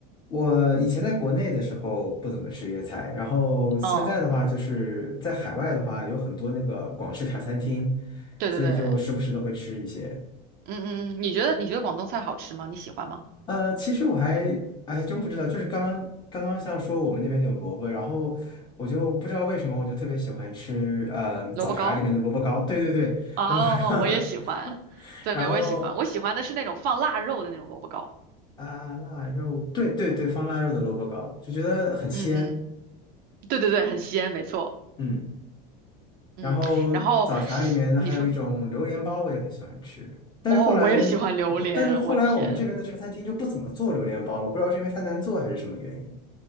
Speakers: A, on the left; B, on the right.
A: 我以前在国内的时候不怎么吃粤菜，然后现在的话，
B: 嗯，
A: 就是在海外的话，有很多那个广式茶餐厅，
B: 对对对，
A: 所以就时不时的会吃一些。
B: 嗯嗯嗯，你觉得你觉得广东菜好吃吗？你喜欢吗？
A: 呃，其实我还哎真不知道，就是刚刚刚刚像说我们那边有萝卜，然后我就不知道为什么我就特别喜欢吃，呃，早茶里面的萝卜糕。
B: 萝卜糕？
A: 对对对，
B: 哦，
A: 萝卜糕。
B: 我也喜欢，
A: <laughs>
B: 对，
A: 然后
B: 我也喜欢，我喜欢的是那种放腊肉的那种萝卜糕。
A: 啊，腊肉，对对对，放腊肉的萝卜糕，就觉得很鲜。
B: 嗯嗯，对对对，很鲜，没错。
A: 嗯，
B: 嗯，
A: 然后早茶里面还有一种榴莲包，
B: 然后你说，
A: 我也很喜欢吃。但是后来，
B: 哦，我也喜欢榴莲，
A: 但是后来我们这边的茶餐厅就不怎么做榴莲包了，
B: 我天，
A: 不知道是因为它难做还是什么原因。